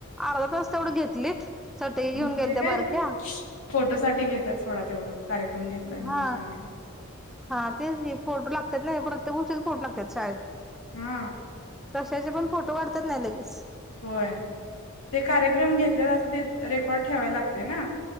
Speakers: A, in the centre; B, on the left (about 75°).
A: अर्धा तास तेवढं घेतलीत चटई
B: मग
A: घेऊन गेलत्या
B: ते काय
A: बारक्या
B: फोटो साठी घेतात सोडा तेवढं कार्यक्रम घेतलाय म्हणून
A: हा
B: सांगायला
A: हा तेच की फोटो लागतात ना प्रत्येक गोष्टीच फोटो लागतात शाळेत
B: हा
A: कशाचे पण फोटो वाढतात नाही लगेच.
B: होय ते कार्यक्रम घेतल्या असं ते रेकॉर्ड ठेवायला लागते ना.